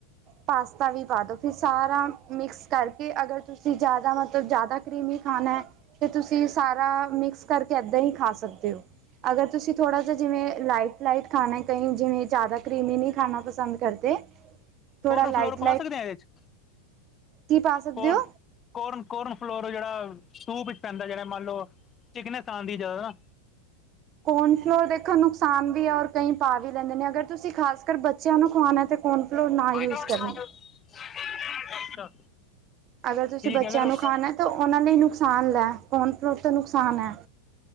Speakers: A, on the right; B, on the left.
A: ਪਾਸਤਾ ਵੀ ਪਾ ਦੋ। ਫੇਰ ਸਾਰਾ ਮਿਕਸ ਕਰਕੇ, ਅਗਰ ਤੁਸੀਂ ਜਾਦਾ ਮਤਲਬ ਜਾਦਾ ਕਰੀਮੀ ਖਾਣਾ ਏ। ਤੇ ਤੁਸੀਂ ਸਾਰਾ ਮਿਕਸ ਕਰਕੇ ਏਦਾਂ ਹੀ ਖਾ ਸਕਦੇ ਔ। ਅਗਰ ਤੁਸੀਂ ਥੋੜਾ ਜਾ ਜਿਵੇਂ ਲਾਈਟ ਲਾਈਟ ਖਾਣਾ ਏ, ਕਈ ਜਿਵੇਂ ਜਾਦਾ ਕਰੀਮੀ ਨੀ ਖਾਣਾ ਪਸੰਦ ਕਰਦੇ। ਥੋੜਾ
B: ਕੌਨੋ
A: ਲਾਈਟ
B: ਫਲੋਰ ਪਾ ਸਕਦੇ ਆਂ ਐਦੇ ਚ?
A: ਕੀ ਪਾ ਸਕਦੇ
B: ਕੋਰਨ
A: ਔ?
B: ਕੋਰਨ- ਕੋਰਨ ਫਲੋਰ ਹੇ ਜੇੜਾ, ਸੂਪ ਇਚ ਪੈਂਦੈ ਜੇੜਾ। ਮੰਨ ਲੋ ਚਿਕਨਸ ਆਂਦੀ ਜਿਆਦਾ।
A: ਕੋਰਨ ਫਲੋਰ ਦੇਖੋ ਨੁਕਸਾਨ ਵੀ ਐ, ਔਰ ਕਈ ਪਾ ਵੀ ਲੈਂਦੇ ਨੇ। ਅਗਰ ਤੁਸੀਂ ਖਾਸ ਕਰ ਬੱਚਿਆਂ ਨੂੰ ਖਵਾਣੈ ਤੇ ਕੌਣ ਫਲੋਰ ਨਾ ਯੂਜ
B: ਅੱਛਾ
A: ਕਰਨਾ।
B: <unintelligible>
A: ਅਗਰ ਤੁਸੀਂ
B: ਠੀਕ
A: ਬੱਚਿਆਂ
B: ਹੈ ਅਗਰ
A: ਨੂੰ ਖਾਣਾ ਤਾਂ ਉਹਨਾਂ ਲਈ ਨੁਕਸਾਨ ਨੈ, ਕੌਣ ਫਲੋਰ ਤਾਂ ਨੁਕਸਾਨ ਹੈ।